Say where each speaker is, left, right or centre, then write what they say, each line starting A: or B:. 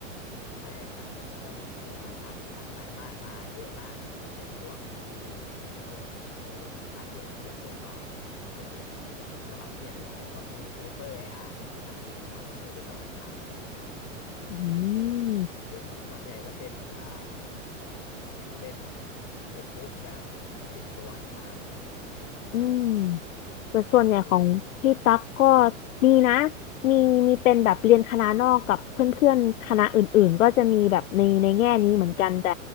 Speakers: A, on the left; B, on the left.
A: ใช่ครับก็ต้องแบบว่าทำทำการบ้านมาเยอะมากครับในช่วงที่ในช่วงเออการเรียนต้องเตรียมตัวสอบเตรียมตัวระหว่างเรียนอะไรแบบเนี้ยก็มีเปเปอร์ให้อ่านทุกอาทิตย์ครับเพื่อไปตอบคำถามในอาทิตย์ต่อไป
B: อืม
A: ซึ่งส่วนใหญ่ก็เป็นอ่าเป็นเทคบุ๊กแบบอังกฤษล้วนครับ
B: อืมแต่ส่วนใหญ่ของพี่ตั๊กก็
A: แล้วของพี่มีไหมครับ
B: มีนะมีมีเป็นแบบเรียนคณะนอกกับเพื่อนๆคณะอื่นๆก็จะมีแบบในในแง่นี้เหมือนกันแต่